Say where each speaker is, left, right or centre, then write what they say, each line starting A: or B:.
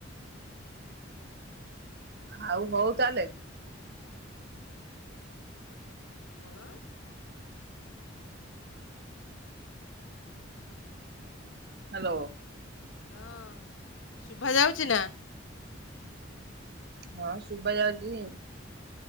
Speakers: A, on the right; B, on the left.
A: ଆଉ ହଉ ତାହଲେ।
B: କଣ
A: ହ୍ୟାଲୋ।
B: ହଁ ଶୁଭା ଯାଉଛି ନା।
A: ହଁ ଶୁଭା ଯାଉଛି ଯେ